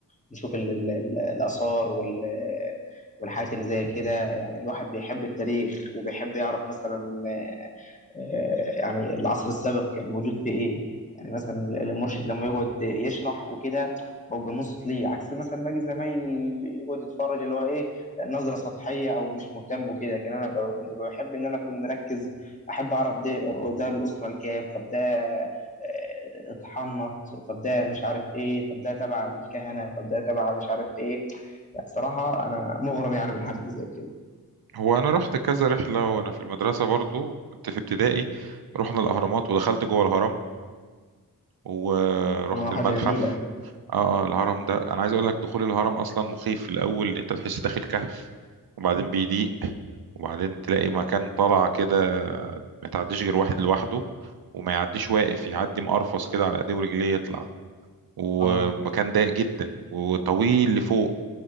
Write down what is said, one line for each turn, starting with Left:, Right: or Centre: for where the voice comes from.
Left: ونشوف ال- ال- ال- الآثار وال- والحاجات اللي زي كده يعني الواحد بيحب التاريخ وبيحب يعرف مثلا آه، يعني العصر السابق كان موجود في ايه يعني مثلا المرشد لما يقعد يشرح وكده ببقى منصت ليه عكس مثلا باقي زمايلي اللي يقعد يتفرج اللي هو ايه نظره سطحيه او مش مهتم وكده لكن انا ب- كنت بحب ان انا اكون مركز احب اعرف ده ده الاسره الكام طب ده آه، اتحنط طب ده مش عارف ايه طب ده تبع الكهنه طب ده تبع مش عارف ايه يعني صراحه انا مغرم يعني بالحاجات اللي زي كده
Right: هو انا رحت كذا رحلة وانا في المدرسة برضو كنت في ابتدائي رحنا الاهرامات ودخلت جوه الهرم ورحت
Left: اه حاجه
Right: المتحف
Left: جميله
Right: اه اه الهرم ده انا عايز اقول لك دخول الهرم اصلا مخيف في الاول انت بتحس داخل كهف وبعدين بيضيق وبعدين تلاقي مكان طالع كده ما تعديش غير واحد لوحده وما يعديش واقف يعدي مقرفص كده على ايديه ورجليه يطلع ومكان
Left: اه
Right: ضيق جدا وطويل لفوق